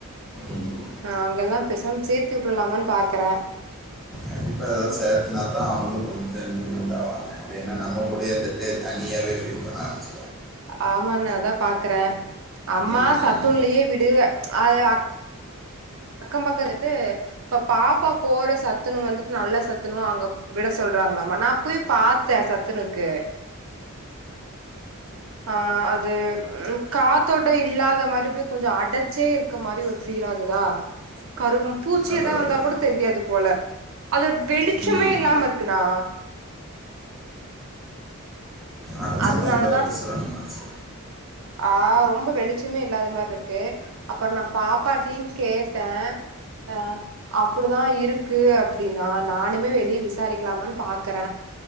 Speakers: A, in the centre; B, on the right.
A: ம்
B: ஹ அங்கல்லாம் பேசாம சேர்த்து விட்டுருலாமான்னு பாக்குறேன்
A: கண்டிப்பாக எதது சேர்த்துனா தான் அவங்களும் கொஞ்சம் இப்ரூ்மெண்ட் ஆவாங்க இல்லைன்னா நம்ம கூடேந்துட்டு தனியாக ஃபீல் பண்ண ஆரம்பிச்சு <unintelligible>
B: ஆமா நா அதா பாக்ற அம்மா
A: ம்
B: சத்துன்லயே விடு அது அக் அக்கம் பக்கம் பக்கத்துட்டு இப்ப பாப்பா போற சத்துனு வந்துட்டு நல்ல சத்துனும அங்க விட சொல்றாங்களாமா நான் போய் பார்த்த சத்துனுக்கு ஆஹ் அது காத்தோட்டம் இல்லாத மாதிரிபப்படிய ஹ ஹ அது காத்தோட்ட இல்லாத மாரி அப்படி கொஞ்சம் அடைச்சே இருக்க மாரி ஒரு ஃபீல் ஆகுதா கரு பூச்சியதான்
A: அதான் அதான்
B: வந்தா கூட தெரியாது போல அது வெளிச்சமே
A: ம்
B: இல்லாம இருக்குண்ணா
A: அர்சனா
B: அதனாலதா
A: இந்த ஒருசரம்மாச்சே
B: ஆ ரொம்ப வெளிச்சமே இல்லாத மாரி இருக்கு அப்பறொ நா பாப்பாட்டியுங் கேட்ட அ அப்புடிதா இருக்கு அப்டின்னா நானுமே வெளிய விசாரிக்லாமான் பாக்குற